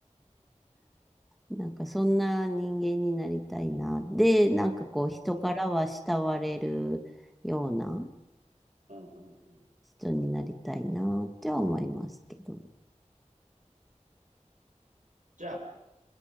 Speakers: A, in the centre; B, on the right.
A: な。<laughs> なんかそんな人間になりたいな。で、なんかこう、人からは慕われるような。
B: うん、うん、うん。うん
A: 人になりたいなっては思いますけど。
B: じゃ